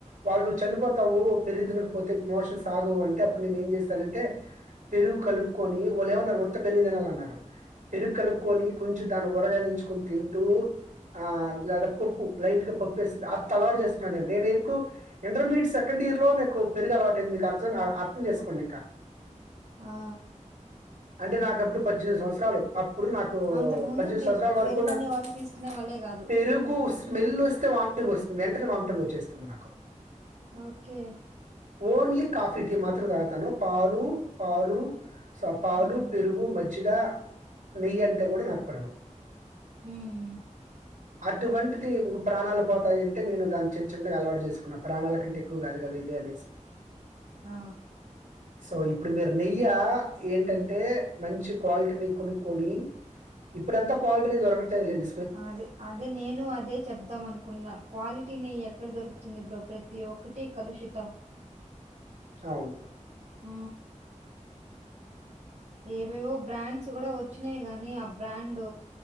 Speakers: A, on the right; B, on the right.
A: వాళ్ళు చనిపోతావు పెరుగు తినకపోతే మోషన్ ఆగవు అంటే అప్పుడు నేను ఏం చేస్తానంటే పెరుగు కలుపుకొని వాళ్ళు ఏమన్నారు ఉత్త పెరుగు తినాలన్నారు పెరుగు కలుపుకొని కొంచెం దాన్ని ఉరగాయ నంచుకొని తింటూ ఆ లేదా పప్పు లైట్ గా పప్పు వేసుకొని అట్లా అలవాటు చేసుకున్నా నేను ఇప్పుడు ఇంటర్మీడియట్ సే సెకండ్ ఇయర్ లో నాకు పెరుగు అలవాటయింది మీకు అ అర్థం చేసుకోండి ఇంకా
B: ఆ
A: అంటే నాకప్పుడు పద్దెనిమిది సంవత్సరాలు ఇప్పుడు నాకు
B: అంతకుముందు
A: పద్దెనిమిది
B: మీరు
A: సంవత్సరాల వరకు
B: పెరుగనే
A: నాకు
B: వాళ్ళు తీసుకునే వాళ్ళే కాదు
A: పెరుగు స్మెల్ వస్తే వాటక వస్తుంది వెంటనే వాట వచ్చంది చేస్తుంది నాకు
B: ఓకే
A: ఓన్లీ కాఫీ టీ మాత్రతాను పాలు పాలు పాలు
B: ఉమ్
A: పెరుగు మజ్జిగ నెయ్యి అంట కూడా కూడా నపడదు
B: ఉమ్
A: అటువంటిది ఇం ప్రాణాలు పోతాయి అంటే నేను దాన్ని చిన్న చిన్నగా అలవాటు చేసుకున్నా ప్రాణాల కంటే ఎక్కువ కాదు కదా ఇదే అనేసి
B: ఆ
A: సో ఇప్పుడు మీరు నెయ్య ఏంటంటే మంచి క్వాలిటీని కొనుక్కొని ఇప్పుడు ఎంత క్వాలిటీని దొరకటాలేండి
B: అదే అదే నేను అదే చెప్దాం అనుకున్నా క్వాలిటీని ఎక్కడ దొరుకు ంది బ్రో ప్రతి ఒక్కటి కలుషితం
A: అవును
B: ఆ ఏవేవో బ్రాండ్స్ కూడా వచ్చినాయి గానీ ఆ బ్రాండ్